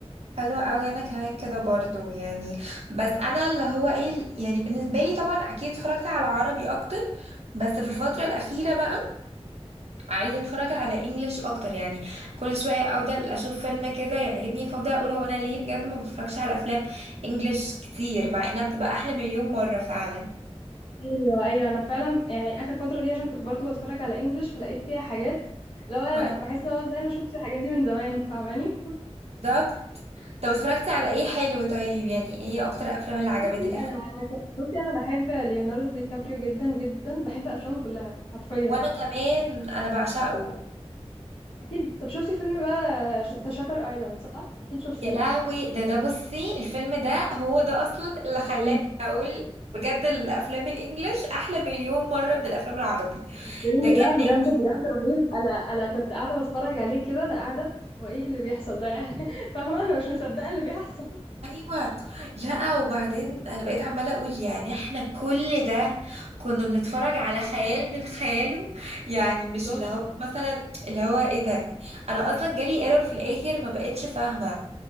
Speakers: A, on the right; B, on the left.
A: حلو قوي انا كمان كده برضو يعني بس انا اللي هو ايه يعني بالنسبة لي طبعا اكيد اتفرجت على عربي اكتر بس في الفترة الأخيرة بقى عايزه اتفرج على انجليش اكتر يعني كل شويه افضل اشوف فيلم كده يعجبني فافضل اقول هو انا ليه بجد ما بتفرجش على افلام انجليش كتير مع انها بتبقى احلى مليون مره فعلا
B: ايوه ايوه انا فعلا يعني اخر فترة دي عشان كنت برضو بتفرج على انجلش فلقيت فيها حاجات لو انا
A: اه
B: بحس لو ازاي انا ما شفتش الحاجات دي من زمان فاهماني
A: بالظبط طب اتفرجتي على ايه حلو طيب يعني ايه اكتر افلام اللي عجبتك
B: بصي
A: الفتره
B: انا انا ك- بصي انا بحب ليوناردو دي كابريو جدا جدا بحب افلامه كلها حرفيا
A: وانا كمان انا بعشقه
B: اكيد طب شفتي فيلم بقى ذا شاتر ايلاند صح اكيد شفتيه
A: يا لهوي ده ده بصي الفيلم ده هو ده اصلا اللي خلاني
B: رهيب
A: اقول بجد الافلام الانجليش احلى مليون مره من الافلام العربي
B: الفيلم
A: ده جنني
B: ده بجد بجد رهيب انا انا كنت قاعده بتفرج عليه كده انا قاعده هو ايه اللي بيحصل ده يعني <laughs> فاهمه انا مش مصدقه اللي بيحصل
A: ايوه لا وبعدين انا بقيت عماله اقول يعني احنا كل ده كنا بنتفرج على خيال من خياله يعني
B: بالظبط.
A: مش اللي هو مثلا اللي هو ايه ده انا اصلا جالي ايرور في الاخر ما بقتش فاهمه